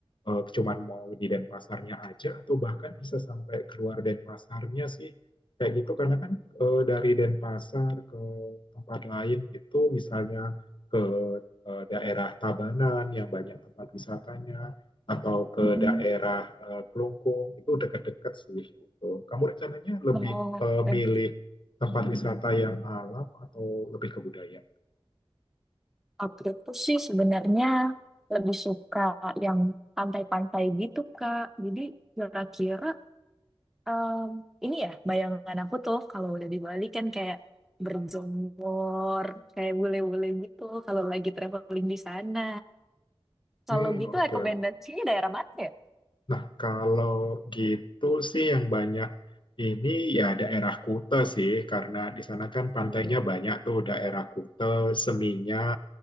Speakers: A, on the left (about 50°); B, in the centre.
A: eh, cuman mau di Denpasarnya aja atau bahkan bisa sampai keluar Denpasarnya sih kayak gitu karena kan eh, dari Denpasar ke tempat lain itu misalnya ke eh, daerah Tabanan yang banyak tempat wisatanya atau ke
B: Mm-mm.
A: daerah eh, Kelungkung itu dekat-dekat sih gitu. Kamu rencananya lebih
B: Oh,
A: eh, milih
B: eh,
A: tempat wisata yang alam atau lebih ke budaya?
B: aku tuh sih sebenarnya lebih suka yang pantai-pantai gitu, Kak. Jadi kira-kira em, ini ya bayangan aku tuh kalau udah di Bali kan kayak berjemur, kayak bule-bule gitu kalau lagi traveling di sana. Kalau
A: Hmm,
B: gitu
A: oke okay,
B: rekomendasinya daerah mana ya?
A: Nah, kalau gitu sih yang banyak ini ya daerah Kute sih, karena di sana kan pantainya
B: Hmm.
A: banyak tuh daerah Kute, Seminyak,